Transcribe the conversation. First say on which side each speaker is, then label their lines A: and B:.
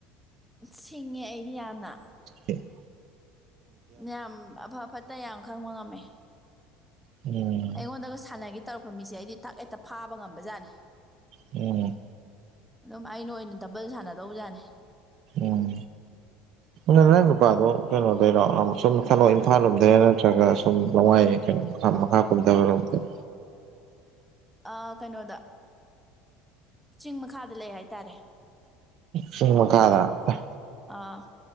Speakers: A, in the centre; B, on the right.
A: ꯁꯤꯡꯉꯦ ꯑꯩꯗꯤ ꯌꯥꯝꯅ
B: ꯦ <unintelligible>
A: ꯌꯥꯝ ꯑꯐ ꯐꯠꯇ ꯌꯥꯝ ꯈꯪꯕ ꯉꯝꯃꯦ
B: ꯎꯝ
A: ꯑꯩꯉꯣꯟꯗꯒ ꯁꯥꯟꯅꯒ‌ꯦ꯫ ꯇꯧꯔꯛꯄ ꯃꯤꯁꯦ ꯑꯩꯗꯤ ꯊꯛ ꯍꯦꯛꯇ ꯐꯥꯕ ꯉꯝꯕꯖꯥꯠꯅꯤ
B: ꯎꯝ
A: ꯑꯗꯨꯝ ꯑꯩꯅ ꯑꯣꯏꯅ ꯗꯕꯜ ꯁꯥꯟꯅꯗꯧꯕꯖꯥꯠꯅꯤ꯫
B: ꯎꯝ ꯃ ꯅ ꯅꯨꯨꯄꯥꯥꯗ ꯀꯩꯅꯩꯅꯣꯗꯣꯏꯔ ꯁꯨꯝ ꯃꯊꯛꯂꯣ ꯏꯝꯐꯥꯜ ꯂꯣꯝꯗꯩꯔ ꯅꯠꯇ꯭ꯔꯒ ꯁꯨꯝ ꯂꯋꯥꯏ ꯀꯩꯅꯣ ꯃꯈꯥ ꯃꯈꯥ ꯀꯨꯝꯊꯕꯔꯣꯝꯗꯩꯔꯣ
A: ꯑꯥ ꯀꯩꯅꯣꯗ ꯆꯤꯡ ꯃꯈꯥꯗ ꯂꯩ ꯍꯥꯏꯇꯥꯔꯦ
B: ꯆꯨꯡ ꯃꯈꯥꯗ ꯑꯦ
A: ꯑꯥ